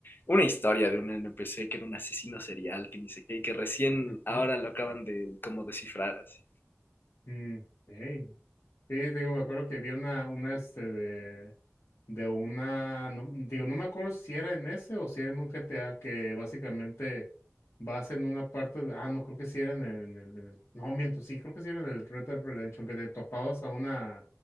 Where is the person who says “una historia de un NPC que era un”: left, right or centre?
Left